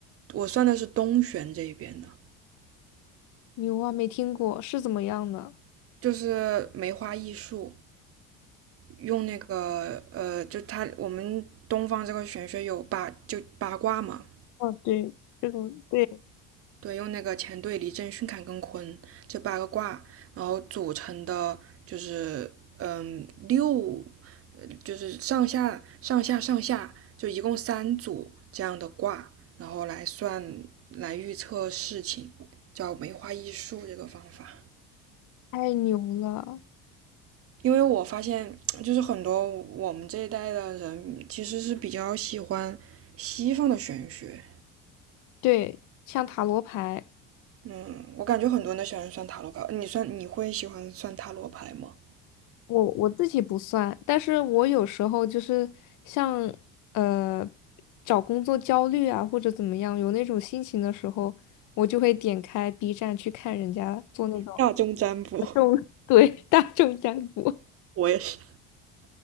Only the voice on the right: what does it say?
我算的是东玄这一边的，
就是梅花易数，用那个呃，就它我们东方这个玄学有八就八卦嘛，
对，用那个乾兑离震巽坎艮坤这八个卦，然后组成的就是嗯六，呃就是上下上下上下，就一共三组这样的卦，然后来算来预测事情，叫梅花易数这个方法。
因为我发现，就是很多我们这一代的人其实是比较喜欢西方的玄学。
嗯，我感觉很多人都喜欢算塔罗牌。你算你会喜欢算塔罗牌吗？
大众占卜，
我也是，